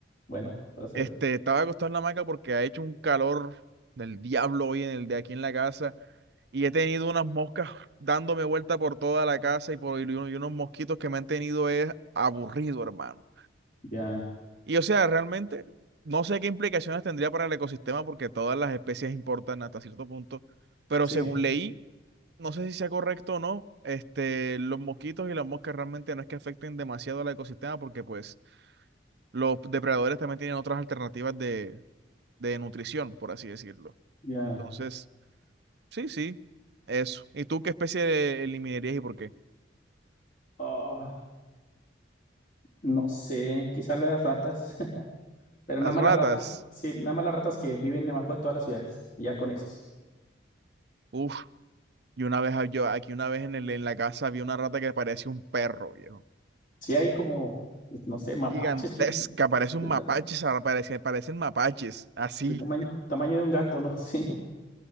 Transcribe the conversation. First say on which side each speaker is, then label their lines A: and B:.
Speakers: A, on the left; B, on the right.
A: Bueno, para saber.
B: Este, estaba acostado en la hamaca porque ha hecho un calor del diablo hoy en el de aquí en la casa y he tenido unas moscas dándome vuelta por toda la casa y por y uno- y unos mosquitos que me han tenido es aburrido, hermano.
A: Ya,
B: Y o sea, realmente no sé qué implicaciones tendría para el ecosistema porque todas las especies importan hasta cierto punto, pero
A: sí,
B: según leí no sé si sea correcto o no, este, los mosquitos y las moscas realmente no es que afecten demasiado al ecosistema porque pues los depredadores también tienen otras alternativas de, de nutrición, por así decirlo.
A: ya.
B: Entonces, sí, sí, eso. ¿Y tú qué especie eliminarías y por qué?
A: Ah, no sé, quizá las ratas, <laughs> pero
B: Las
A: nada más
B: ratas.
A: las ratas, sí, nada más las ratas que viven debajo de todas las ciudades, ya con esas.
B: Uf, y una vez hab- yo aquí una vez en el, en la casa vi una rata que parecía un perro, viejo.
A: Sí hay como, pues, no sé, mapaches
B: Gigantesca,
A: de-
B: parece un
A: del,
B: mapache,
A: ta-
B: sa- parece- parecen mapaches, así.
A: del tamaño, tamaño de un gato, ¿no? <laughs> Sí,